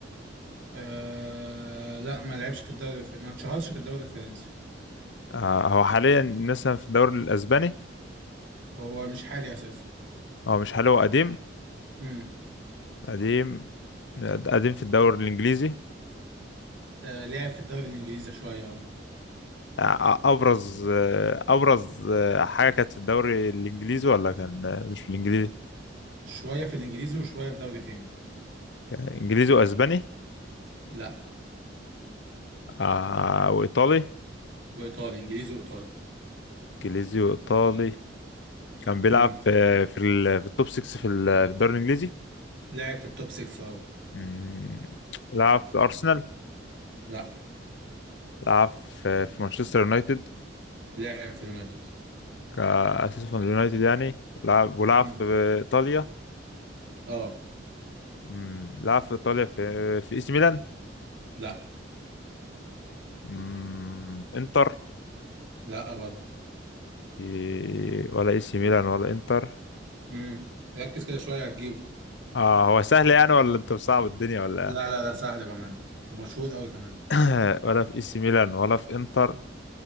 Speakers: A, on the right; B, on the left.
A: آه لا ما لعبش في الدوري الف... ما اتشهرش في الدوري الفرنسي
B: آه هو حاليا مثلا في الدوري الأسباني
A: هو مش حالي اساسا
B: هو مش حاليا هو قديم
A: امم
B: قديم قديم في الدوري الإنجليزي
A: آه لعب في الدوري الانجليزي شوية اه
B: آه أبرز آه أبرز آه حاجة كانت في الدوري الإنجليزي ولا كان آه، مش في الإنجليزي
A: شوية في الانجليزي وشوية في دوري تاني
B: كان إنجليزي وأسباني
A: لا
B: آه وإيطالي
A: وايطالي انجليزي وايطالي
B: إنجليزي وإيطالي كان بيلعب
A: امم
B: في في, ال- في التوب 6 في ال- في الدوري الإنجليزي
A: لعب في التوب 6 اه
B: مم. لعب في أرسنال
A: لا
B: لعب في في مانشستر يونايتد
A: لعب في اليونايتد
B: كأساس في اليونايتد يعني ولعب ولعب
A: امم
B: في إيطاليا
A: اه
B: مم. لعب في إيطاليا في في إي سي ميلان
A: لا
B: مم. إنتر
A: لا برضه
B: إيه، ولا إي سي ميلان ولا إنتر
A: امم ركز كده شوية هتجيبه
B: اه هو سهل يعني ولا أنت مصعب الدنيا ولا
A: لا لا لا سهل بأمان ومشهور قوي كمان
B: إيه؟ <coughs> ولا في إي سي ميلان ولا في إنتر